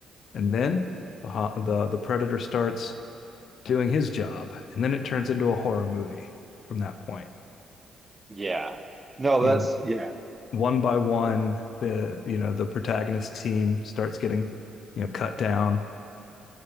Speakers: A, on the left (about 60°); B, on the right (about 20°).
A: and then the the the predator starts doing his job, and then it turns into a horror movie from that point.
B: Yeah. No,
A: You
B: that's
A: know,
B: yeah.
A: one by one,
B: So,
A: the you know the protagonist team starts getting you know cut down.